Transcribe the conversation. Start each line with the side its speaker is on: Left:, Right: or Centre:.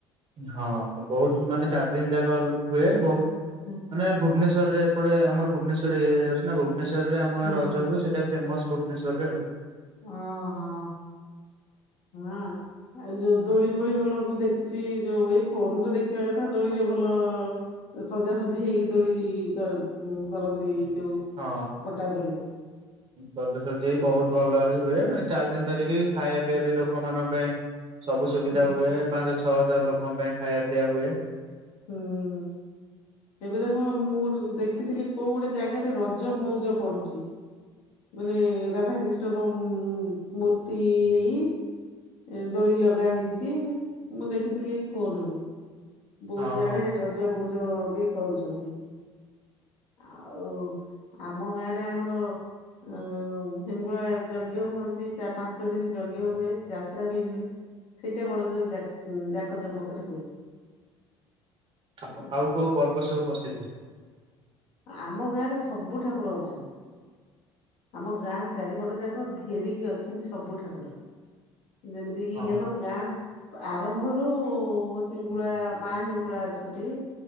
Right: ହଁ ବହୁତ ମାନେ ଚାରି ଦିନ ଯାକ ହୁଏ ବହୁତ
Left: ହଁ
Right: ମାନେ ଭୁବନେଶ୍ଵର ରରେ ଏପଟେ ଆମର ଭୁବନେଶ୍ୱର ଏରିଆ ଯାଉଛି ନା। ଭୁବନେଶ୍ୱରରେ ଆମର ରଜ
Left: ହଁ
Right: ହୁଏ ସେଟା ଫେମସ୍ ଭୁବନେଶ୍ୱରରେ ଆଉ।
Left: ଓ ହୋ ହଁ ଏ ଯଉ ଦୋଳି ଦୋଳି ଭଲ ମୁଁ ଦେଖିଛି ଯୋଉ ଏଇ ଫୋନରେ ଦେଖିବା କଥା ଦୋଳିରେ ଭଲ-ଅ-ଅ ସଜାସଜି ହେଇକି ଦୋଳି-ଇ-ଇ-ଇ କରନ୍ତି। ଯୋଉ
Right: ହଁ,
Left: ପଟା ଦୋଳି।
Right: ସଜସଜି ବି ବହୁତ ଭଲ ଭାବେ ହୁଏ। ମାନେ ଚାରି ଦିନ ଧରିକି ଖାଇବା ପିଇବା ବି ଲୋକମାନଙ୍କ ପାଇଁ ସବୁ ସୁବିଧା
Left: ହୁଁ
Right: ହୁଏ। ପା ଞ୍ଚ ଛଅ ହଜାର ଲୋକଙ୍କ ପାଇଁ ଖାଇବା ପିଇଆ ହୁଏ।
Left: ହୁଁ ହୁଁ ହୁଁ। ଏବେ ତ କଣ ମୁଁ ଗୋଟେ ଦେଖିଥିଲି କୋଉ ଗୋଟେ ଜାଗାରେ ରଜ ମଉଜ ପଡୁଛି। ମାନେ ରାଧା କ୍ରୀିଷ୍ଣଙ୍କ ମୁ-ଉ-ଉ-ଉ-ଉ ମୂର୍ତ୍ତି ହେଇ ଏ ଦୋଳି ଲଗା ହେଇଛି, ମୁଁ ଦେଖିଥିଲି ଫୋନରୁୁ। ବହୁତ
Right: ହଁ ହଁ।
Left: ଆଡେ ରଜ ମଉଜ ବି କରୁଛନ୍ତି। ଆଉ ଆମ ଗାଁରେ ଆମର ଆ-ଆ-ଆ ହେଙ୍ଗୁଳା ଯଜ୍ଞ ହୁଅନ୍ତି। ଚା ପାଞ୍ଚ ଦିନ ଯଜ୍ଞ ହୁଏ। ଯାତ୍ରା ବି ହୁଏ। ସେଇଟା ବଡ ଯୋଉ ଯା ଯାକ ଜମ କରି ହୁଏ। ଆ,
Right: ଆଉ କେଉଁ ପର୍ବ ସବୁ ପ୍ରସିଦ୍ଧ?
Left: ଆମ ଗାଁରେ ସବୁ ଠାକୁର ଅଛନ୍ତି। ଆମ ଗାଁ ଚାରିପଟ ଯାକ ଘେରିକି ଅଛନ୍ତି ସବୁ ଠାକୁର। ଯେମିତି କି
Right: ହଁ
Left: ଆମର ଗାଁ ଆରମ୍ଭରୁ-ଉ-ଉ-ଉ-ଉ ହେଙ୍ଗୁଳା ମା ହିଙ୍ଗୁଳା ଅଛନ୍ତି।